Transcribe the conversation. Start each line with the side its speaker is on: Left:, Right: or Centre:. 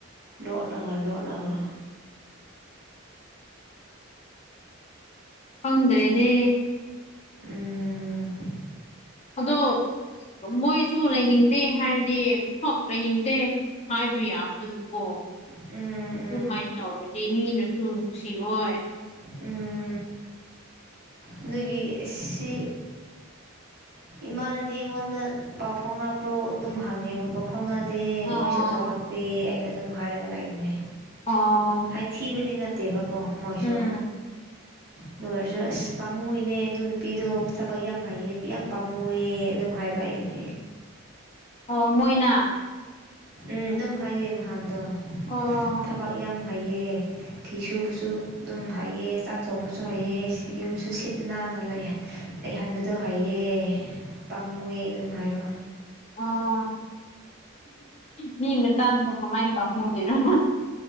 Right: ꯂꯣꯠꯂꯒ ꯂꯣꯠꯂꯒ
Left: ꯐꯪꯗ꯭ꯔꯦꯅꯦ
Right: ꯎꯝ
Left: ꯑꯗꯣ ꯃꯣꯏꯁꯨ ꯂꯩꯅꯤꯡꯗꯦ ꯍꯥꯏꯔꯗꯤ ꯐꯛ ꯂꯩꯅꯤꯡꯗꯦ ꯍꯥꯏꯕ ꯌꯥꯕꯗꯨꯕꯨ ꯀꯣ
Right: ꯎꯝ ꯎꯝ
Left: ꯑꯗꯨꯃꯥꯏꯅ ꯇꯧꯔꯗꯤ ꯃꯤꯅꯁꯨ ꯅꯨꯡꯁꯤꯔꯣꯏ
Right: ꯎꯝ ꯅꯣꯏꯒꯤ ꯁꯤ ꯏꯃꯥꯅꯗꯤ ꯑꯩꯉꯣꯟꯗ ꯄꯥꯎ ꯐꯥꯎꯅꯕ꯭ꯔꯣ ꯑꯗꯨꯝ ꯍꯥꯡꯉꯦꯕ ꯀꯣ ꯐꯥꯎꯅꯗꯦ
Left: ꯑꯣ
Right: ꯃꯣꯏꯁꯨ ꯇꯧꯔꯛꯇꯦ ꯑꯩꯅ ꯑꯗꯨꯝ ꯍꯥꯏꯔꯒ ꯂꯩꯕꯅꯦ
Left: ꯑꯥ
Right: ꯍꯥꯏꯊꯤꯕꯗꯤ ꯅꯠꯇꯦꯕꯀꯣ ꯃꯣꯏꯁꯨ
Left: ꯎꯝ
Right: ꯑꯗꯨ ꯑꯣꯏꯔꯁꯨ ꯑꯁ ꯄꯥꯝꯃꯨꯏꯅꯦ ꯑꯗꯨ ꯅꯨꯄꯤꯗꯣ ꯊꯕꯛ ꯌꯥꯝ ꯍꯩꯌꯦ ꯌꯥꯝ ꯄꯥꯝꯃꯨꯑꯦ ꯑꯗꯨꯝ ꯍꯥꯏꯕ ꯑꯩꯅ
Left: ꯑꯣ ꯃꯣꯏꯅꯥ
Right: ꯎꯝ ꯑꯗꯨꯝ ꯍꯥꯏꯌꯦ ꯅꯍꯥꯟꯗꯣ
Left: ꯑꯣ
Right: ꯊꯕꯛ ꯌꯥꯝ ꯍꯩꯑꯦ ꯐꯤ ꯁꯨꯕꯁꯨ ꯑꯗꯨꯝ ꯍꯩꯑꯦ ꯆꯥꯛ ꯊꯣꯡꯕꯁꯨ ꯍꯩꯑꯦ ꯌꯨꯝꯁꯨ ꯁꯤꯠ ꯅꯥꯟꯅ ꯂꯩ ꯂꯩꯍꯟꯕꯗꯣ ꯍꯩꯑꯦ ꯄꯥꯝꯃꯨꯋꯦ ꯑꯗꯨꯝ ꯍꯥꯏꯕ
Left: ꯑ ꯃꯤ ꯇꯥꯗ ꯂ ꯃꯥꯥꯏꯟ ꯈꯝ ꯃꯗꯔꯣ